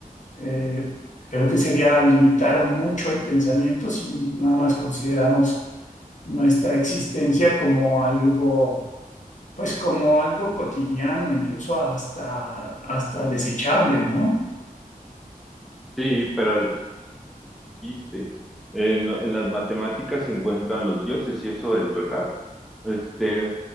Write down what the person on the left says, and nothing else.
Eh, creo que sería limitar mucho el pensamiento si nada más consideramos nuestra existencia como algo, pues como algo cotidiano, incluso hasta, hasta desechable, ¿no?